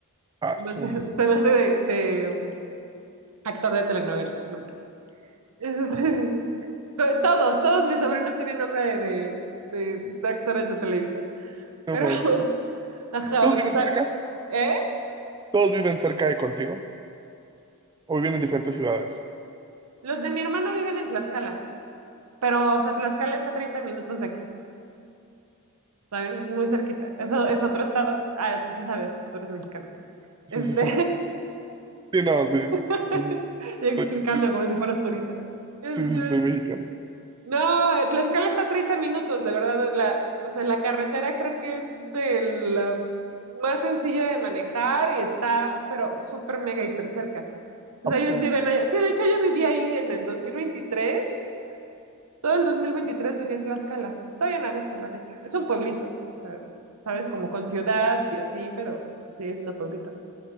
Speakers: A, on the right; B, on the right.
A: Ah,
B: Se
A: su-
B: me hace, <laughs> se me hace de, de, mm, actor de telenovela su nombre. <laughs> To- Todos, todos mis sobrinos tienen nombre de, de- de- de actores de Televisa.
A: no
B: Pero,
A: manches.
B: <laughs> ajá,
A: ¿Y todos
B: porque
A: viven
B: está...
A: cerca?
B: ¿Eh?
A: ¿Todos viven cerca de contigo? ¿O viven en diferentes ciudades?
B: Los de mi hermano viven en Tlaxcala, pero, o sea, Tlaxcala está a 30 minutos de aquí, ¿sabes? Es muy cerquita. Eso es otro estado. Ah, pues sí sabes, tú eres mexicano.
A: Sí,
B: Este...
A: sí, sí. Sí, no, sí,
B: <laughs>
A: sí, sí.
B: Y explicando
A: Soy- soy-
B: como si fueras turista. Este...
A: sí, sí, soy mexicano.
B: No, escala está a 30 minutos, de verdad. La, o sea, la carretera creo que es de la más sencilla de manejar y está, pero súper mega hiper cerca. Entonces
A: ¿A poco?
B: ellos viven allá. Sí, de hecho yo viví ahí en el 2023. Todo el 2023 viví en Tlaxcala. Está bien a gusto, la neta. Es un pueblito, o sea, sabes, como con ciudad y así, pero pues, sigue siendo pueblito.